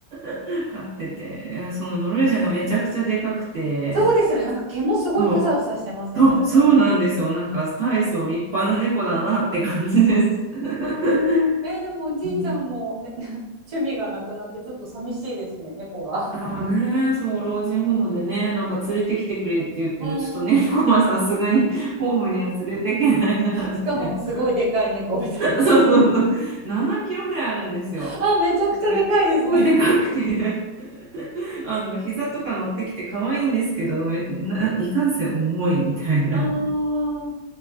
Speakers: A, on the right (about 45°); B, on the right (about 65°).
A: <laughs> 飼ってて、いやそのノルウェージャンがめちゃくちゃでかくて、
B: そうですよね。なんか毛もすごいふさふさしてますよね、
A: そう、そう、
B: あれ。
A: そうなんですよ。なんか大層立派な猫だなって感じです。<laughs>
B: あーえーでもおじいちゃんも、
A: うん
B: ね、<laughs> 趣味がなくなってちょっと寂しいですね、猫が。
A: ああね、そう、老人ホームでね、なんか連れてきてくれって言うけど、
B: <laughs> うー
A: ちょっと猫は
B: ん。
A: <laughs> さすがにホームには連れてけないな、みたいな。
B: しかもすごいでかい猫みたいな。
A: <laughs> そうそうそう。7キロぐらいあるんですよ。
B: <laughs> あ、めちゃくちゃでかいですね。
A: だから結構でかくて <laughs> あの、膝とか乗ってきて可愛いんですけど、めな、いかんせん重いみたいな
B: あー